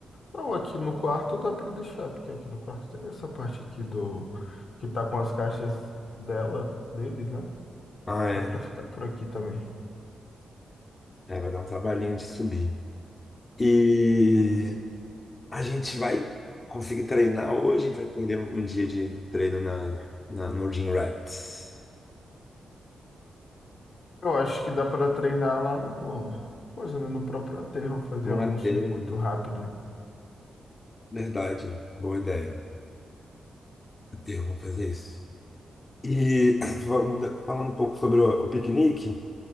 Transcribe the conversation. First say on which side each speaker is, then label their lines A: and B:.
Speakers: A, on the left (about 65°); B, on the left (about 30°).
A: Não, aqui no quarto dá para deixar, porque aqui no quarto tem essa parte aqui do que tá com as caixas dela, deles, né?
B: Ah, é,
A: Dá para
B: né?
A: ficar por aqui também.
B: É, vai dar um trabalhinho de subir. E a gente vai conseguir treinar hoje, a gente vai perder um dia de treino na, na, no Gym Rats.
A: Eu acho que dá para treinar lá no coisa, né, no próprio aterro, fazer
B: Um
A: algum
B: aterro.
A: circuito rápido.
B: Verdade, boa ideia. Aterro, vamos fazer isso. E vamos falando um pouco sobre o, o piquenique, o